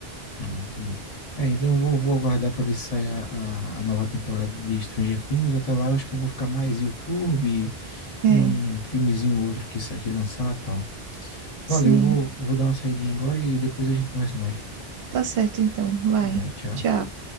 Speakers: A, on the left; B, on the right.
A: Ah, entendi. É, então eu vou, vou aguardar pra ver se sai a, a, a nova temporada de Stranger Things. Até lá eu acho que eu vou ficar mais YouTube,
B: É,
A: um filmezinho ou outro que, sa- que lançar e tal.
B: sim.
A: Valeu, eu vou, vou dar uma saidinha agora e depois a gente conversa mais.
B: Tá certo então. Vai.
A: Vai, tchau.
B: Tchau.